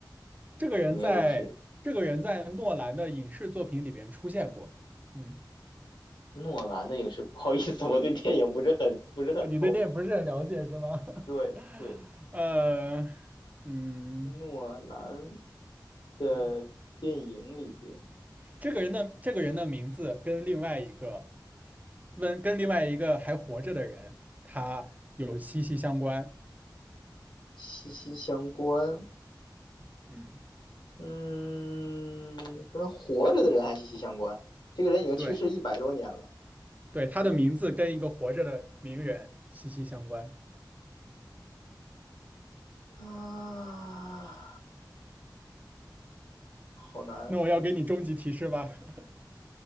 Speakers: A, on the right; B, on the left.
A: 这个人在这个人在诺兰的影视作品里边出现过。
B: 肯定也都不是
A: 嗯，
B: 诺兰的影视。不好意思，我对电影不是很不是很通。
A: 啊，你对这影不是很了解是吗？
B: 对对，
A: <laughs> 呃，嗯
B: 诺兰的电影里边
A: 嗯这个人的这个人的名字跟另外一个温跟另外一个还活着的人，他有息息相关。
B: 息息相关，
A: 嗯，
B: 嗯，跟活着的人还息息相关。这个人已经去世一百多年了，
A: 对对，他的名字跟一个活着的名人息息相关。
B: 跟啊，好难。
A: 那我要给你终极提示吧。<laughs>